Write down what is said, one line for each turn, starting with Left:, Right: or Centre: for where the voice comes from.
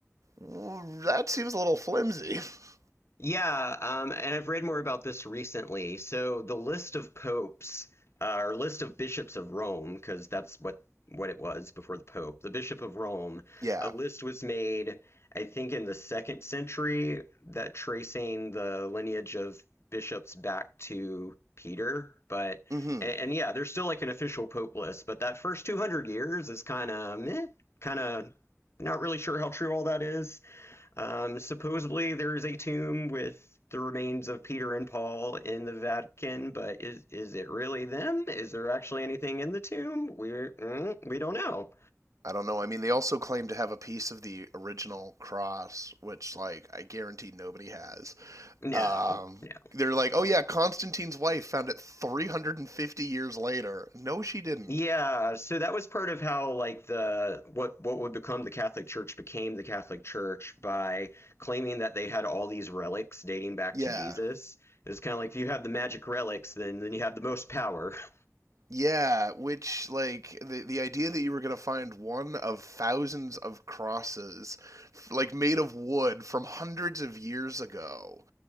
Right: "Mm, that seems a little flimsy. <laughs>
Left: Yeah, um, and I've read more about this recently. So the list of popes, uh, or list of bishops of Rome, because that's what what it was before the pope, the bishop of Rome,
Right: Yeah.
Left: a list was made, I think, in the second century, that tracing the lineage of bishops back to Peter. But
Right: hmm
Left: and, and yeah, there's still like an official pope list, but that first 200 years is kind of meh, kind of not really sure how true all that is. Um, supposedly, there is a tomb with the remains of Peter and Paul in the Vatican, but is is it really them? Is there actually anything in the tomb? We're mm, we don't know.
Right: I don't know. I mean, they also claim to have a piece of the original cross, which, like, I guarantee nobody has.
Left: No,
Right: Um,
Left: no.
Right: they're like, oh yeah, Constantine's wife found it 350 years later. No, she didn't.
Left: Yeah, so that was part of how like the what what would become the Catholic Church became the Catholic Church by claiming that they had all these relics dating back
Right: Yeah.
Left: to Jesus. It's kind of like if you have the magic relics, then then you have the most power. <laughs>
Right: Yeah, which like the the idea that you were gonna find one of thousands of crosses, like made of wood from hundreds of years ago,